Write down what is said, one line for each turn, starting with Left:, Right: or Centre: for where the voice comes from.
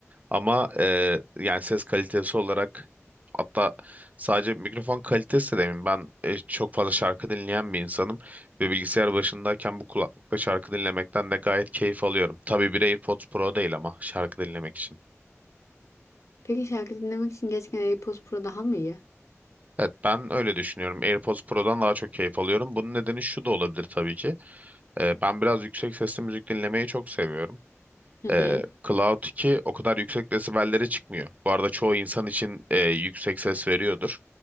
Right: Ama e, yani ses kalitesi olarak hatta sadece mikrofon kalitesi de demeyeyim. Ben e, çok fazla şarkı dinleyen bir insanım ve bilgisayar başındayken bu kulaklıkla şarkı dinlemekten de gayet keyif alıyorum. Tabii bir AirPods Pro değil ama şarkı dinlemek için.
Left: Peki şarkı dinlemek için gerçekten AirPods Pro daha mı iyi?
Right: Evet ben öyle düşünüyorum. AirPods Pro'dan daha çok keyif alıyorum. Bunun nedeni şu da olabilir tabii ki. Ee, ben biraz yüksek sesli müzik dinlemeyi çok seviyorum.
Left: Hı hı.
Right: Ee, Cloud 2 o kadar yüksek desibellere çıkmıyor. Bu arada çoğu insan için e, yüksek ses veriyordur.